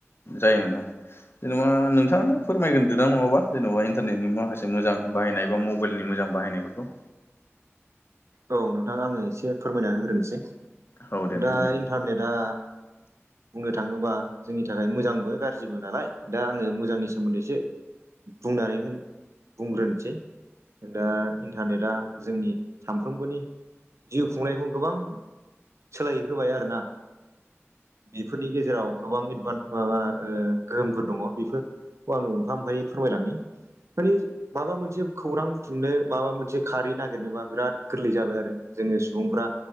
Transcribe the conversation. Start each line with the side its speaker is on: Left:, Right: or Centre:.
Left: जायो नोंथां। जेनेबा नोंथाङानो फोरमायग्रोदो दा नङाबा जेनेबा इन्टारनेटनि माखासे मोजां बाहायनाय बा मबाइलनि मोजां बाहायनाय फोरखौ।
Right: औ नोंथां आङो एसे फोरमायना होग्रोनोसै
Left: औ दे नोंथां
Right: दा
Left: दे
Right: इन्टारनेटआ बुंनो थाङोबा जोंनि थाखाय मोजांबो गाज्रिबो नालाय दा आङो मोजांनि सोमोन्दै एसे बुंनानै होन बुंग्रोनोसै दा इन्टारनेटआ जोंनि सामफ्रोमबोनि जिउ खुंनायखौ गोबां सोलाय होबाय आरो ना। बेफोरनि गेजेराव गोबां एडभान माबा ओ गोहोमफोर दङ' बेफोर खौ आङो मोनफा मोनफायै फोरमायलांनि। मानि माबा मोनसे खौरां बुथुमनो माबा मोनसे खारै नागिरनोबा बिराद गोरलै जाबाय आरो जोङो सुबुंफ्रा